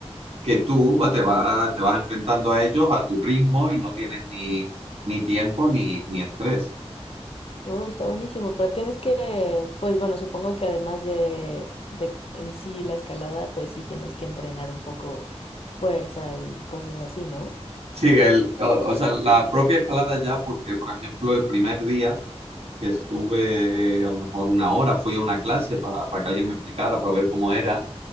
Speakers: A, on the right (about 65°); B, on the left (about 60°).
A: que tú va- te, va- te vas enfrentando a ellos a tu ritmo y no tienes ni, ni tiempo ni, ni estrés.
B: Oh, está buenísimo, pero tienes que, pues bueno, supongo que además de, de en sí la escalada, pues sí tienes que entrenar un poco fuerza y cosas así, ¿no?
A: Sí, el, o, o sea, la propia escalada ya, porque por ejemplo el primer día que estuve a lo mejor una hora, fui a una clase para que alguien me explicara, para ver cómo era,